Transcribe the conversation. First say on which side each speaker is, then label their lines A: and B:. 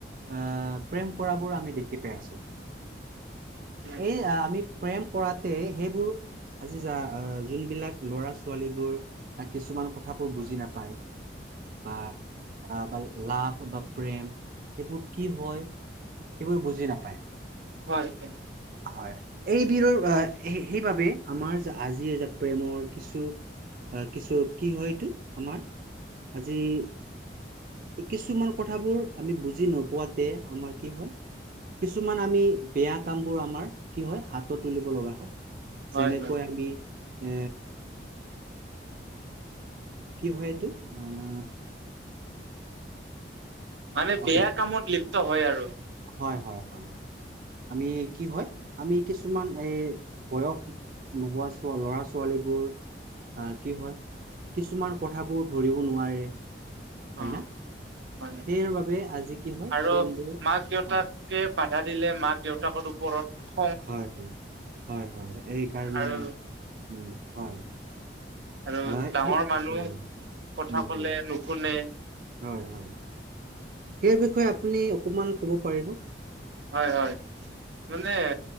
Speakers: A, on the right; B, on the right.
A: আহ প্ৰেম কৰাবোৰ আমি দেখি পাই আছো।
B: উম,
A: এই আমি প্ৰেম কৰাতে সেইবোৰ, আজি যা যোনবিলাক ল'ৰা-ছোৱালীবোৰ কিছুমান কথাবোৰ বুজি নাপায়, বা বা লাভ বা প্ৰেম এইবোৰ কি হয়, সেইবোৰ বুজি নাপায়।
B: হয় হয়।
A: হয়। এই বিৰৰ আহ সেইবাবে, আমাৰ যে আজি যে প্ৰেমৰ কিছু আহ কিছু কি হয় এইটো আমাৰ আজি এই কিছুমান কথাবোৰ আমি বুজি নোপোৱাতে আমাৰ কি হয় কিছুমান আমি বেয়া কাম বোৰ আমাৰ কি হয়, হাতত তুলিব লগা হয়। যেনেকৈ
B: হয় হয়।
A: আমি এ কি হয় এইটো আহ
B: মানে
A: অকে
B: বেয়া কামত লিপ্ত হয় আৰু।
A: হয়, হয়, হয়। আমি কি হয়, আমি কিছুমান এ বয়স নোহোৱা ল'ৰা-ছোৱালীবোৰ আহ কি হয়, কিছুমান কথাবোৰ ধৰিব নোৱাৰে, হয়
B: অ
A: না?
B: <unintelligible>
A: সেইৰ বাবে আজি কি হয়
B: আৰু
A: প্ৰেমবোৰ
B: মাক-দেউতাকে
A: হয়
B: বাধা দিলে, মাক দেউতাকৰ ওপৰত
A: হয়। হয়, হয়, হয় এই কাৰণে
B: আৰু
A: উম হয়।
B: আৰু
A: হয়
B: ডাঙৰ
A: সেই
B: মানুহ
A: উম
B: কথা
A: উম
B: ক'লে
A: হম
B: নুশুনে।
A: হয় হয়। সেই বিষয়ে আপুনি অকমান ক'ব পাৰিব?
B: হয় হয়, মানে